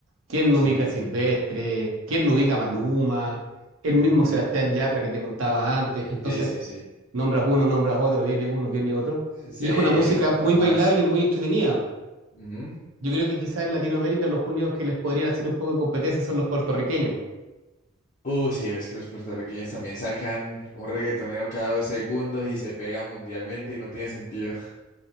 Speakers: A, on the right; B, on the left.
A: ¿Quién no
B: Sí,
A: ubica a
B: sí,
A: Silvestre?
B: sí.
A: ¿Quién no ubica a Maluma? El mismo
B: Ujú.
A: Sebastián Yatra que te contaba antes. Entonces,
B: Sí, sí, sí.
A: nombras uno, nombras otro, viene uno, viene otro.
B: Sí,
A: Y
B: hay
A: es una música
B: un montón
A: muy
B: más.
A: bailable, muy entretenida.
B: Ujú.
A: Yo creo que quizás en Latinoamérica los únicos que les podrían hacer un poco de competencia son los puertorriqueños.
B: Uh, sí, ves que los puertorriqueños también sacan un reggaetonero cada dos segundos y se pega mundialmente y no tiene sentido. <laughs>